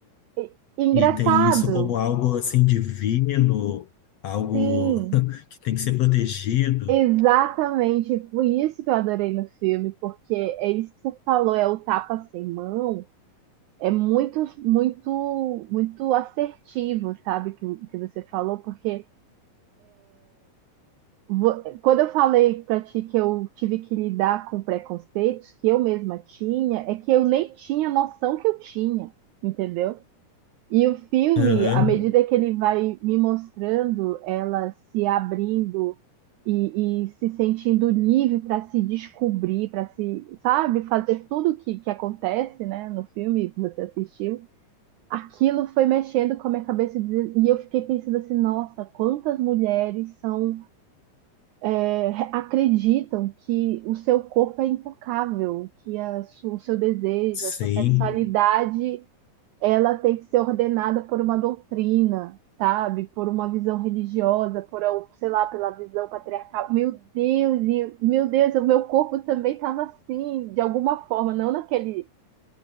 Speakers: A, on the right; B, on the left.
A: E- Engraçado.
B: E tem isso como algo assim divino, algo
A: Sim,
B: <laughs> que tem que ser protegido.
A: exatamente. Foi isso que eu adorei no filme, porque é isso que você falou, é o tapa sem mão. É muito, muito, muito assertivo, sabe, que, que você falou, porque vo- quando eu falei pra ti que eu tive que lidar com preconceitos que eu mesma tinha, é que eu nem tinha noção que eu tinha, entendeu? E o filme,
B: Aham,
A: à medida que ele vai me mostrando ela se abrindo e, e se sentindo livre para se descobrir, para se, sabe, fazer tudo que, que acontece, né, no filme que você assistiu, aquilo foi mexendo com a minha cabeça de- e eu fiquei pensando assim, nossa, quantas mulheres são é, acreditam que o seu corpo é intocável, que a su- o seu desejo,
B: sim.
A: a sua sexualidade ela tem que ser ordenada por uma doutrina, sabe? Por uma visão religiosa, por, sei lá, pela visão patriarcal. Meu Deus, e- meu Deus, o meu corpo também estava assim, de alguma forma, não naquele,